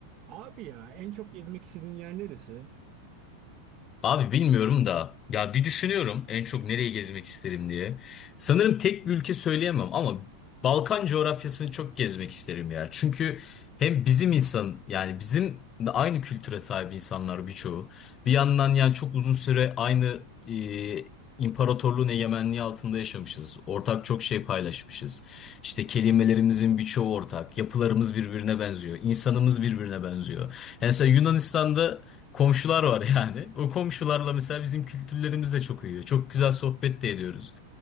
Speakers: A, on the right; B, on the left.
A: Abi ya en çok gezmek istediğin yer neresi?
B: Abi bilmiyorum da ya bir düşünüyorum en çok nereyi gezmek isterim diye. Sanırım tek bir ülke söyleyemem ama Balkan coğrafyasını çok gezmek isterim ya. Çünkü hem bizim insan yani bizim de aynı kültüre sahip insanlar birçoğu. Bir yandan yani çok uzun süre aynı e, imparatorluğun egemenliği altında yaşamışız. Ortak çok şey paylaşmışız. İşte kelimelerimizin birçoğu ortak. Yapılarımız birbirine benziyor. İnsanımız birbirine benziyor. Yani mesela Yunanistan'da komşular var yani. O komşularla mesela bizim kültürlerimiz de çok uyuyor. Çok güzel sohbet de ediyoruz.